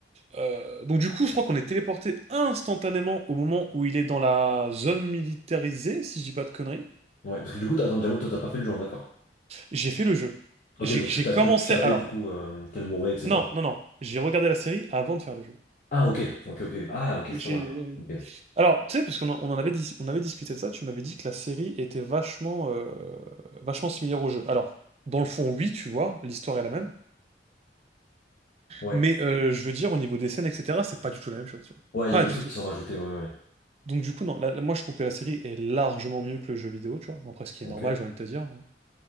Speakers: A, on the right; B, on the left.
A: Euh, donc du coup, je crois qu'on est téléporté instantanément au moment où il est dans la zone militarisée, si je dis pas de conneries.
B: Ouais, parce que du coup, t'as- attends, Diamo, toi, t'as pas fait le jeu, hein, d'accord.
A: J'ai fait le jeu.
B: Ok,
A: J'ai
B: donc
A: j'ai
B: tu t'attends,
A: commencé...
B: tu savais,
A: Alors,
B: du coup, euh, qu'elle mourrait, etc.
A: non, non, non. J'ai regardé la série avant de faire le jeu.
B: Ah, ok, ok, ok. Ah, ok,
A: J'ai-
B: c'est pas mal, là. Ok.
A: Alors, tu sais, parce qu'on en on en avait, dis- on avait discuté de ça, tu m'avais dit que la série était vachement, euh, vachement similaire au jeu. Alors, dans le fond, oui, tu vois, l'histoire est la même.
B: Ouais.
A: Mais euh, je veux dire, au niveau des scènes, etc., c'est pas du tout la même chose. tu vois.
B: Ouais, il
A: Pas
B: y a des
A: du
B: trucs
A: tout.
B: qui sont rajoutés, ouais, ouais, ouais.
A: Donc du coup, non, la- la- moi je trouve que la série est largement mieux que le jeu vidéo, tu vois. Bon, après, ce qui
B: Ok.
A: est normal, j'ai envie de te dire. hein.